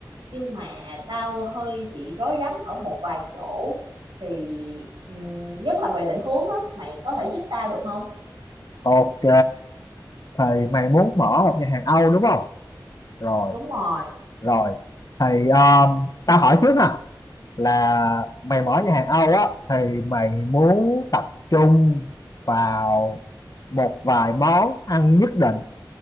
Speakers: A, on the right (about 90°); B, on the left (about 50°).
A: Nhưng mà tao hơi bị rối rắm ở một vài chỗ. Thì ừm, nhất là về định hướng á, mày có thể giúp tao được không?
B: Ok, thì mày muốn mở một nhà hàng Âu đúng không? Rồi,
A: Đúng rồi.
B: rồi. Thì um, tao hỏi trước ha, là mày mở nhà hàng Âu á thì mày muốn tập trung vào một vài món ăn nhất định